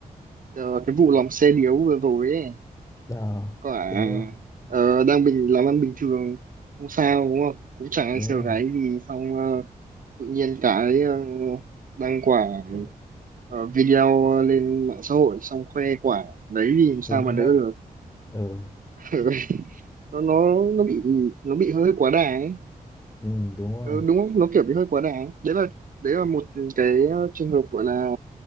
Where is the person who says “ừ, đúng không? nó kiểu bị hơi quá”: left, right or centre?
Right